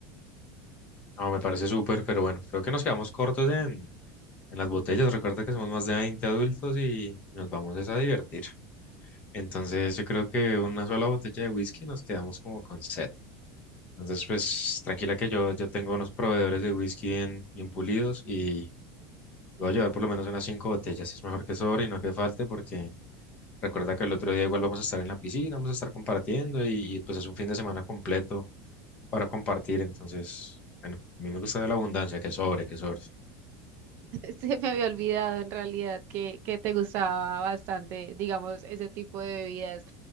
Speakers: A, on the left; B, on the right.
A: No, me parece súper, pero bueno, creo que nos quedamos cortos en, en las botellas. Recuerda que somos más de 20 adultos y nos vamos es a divertir. Entonces yo creo que una sola botella de whisky nos quedamos como con set. Entonces, pues tranquila que yo, yo tengo unos proveedores de whisky bien, bien pulidos y voy a llevar por lo menos unas cinco botellas. Es mejor que sobre y no que falte porque Recuerda que el otro día igual vamos a estar en la piscina, vamos a estar compartiendo y, y, pues es un fin de semana completo para compartir. Entonces, bueno, a mí me gusta la abundancia, que sobre, que sobre.
B: <laughs> Se me había olvidado en realidad que, que te gustaba bastante, digamos, ese tipo de bebidas.